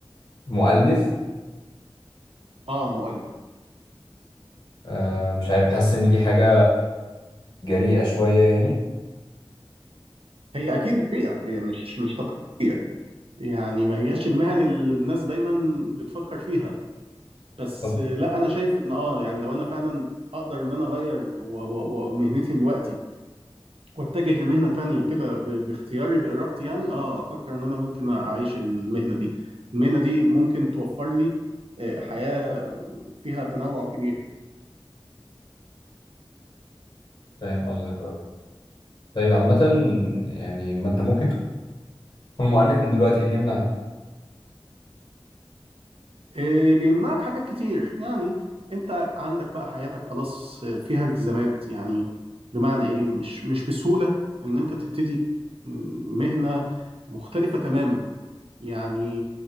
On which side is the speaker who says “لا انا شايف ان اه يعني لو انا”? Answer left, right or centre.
Right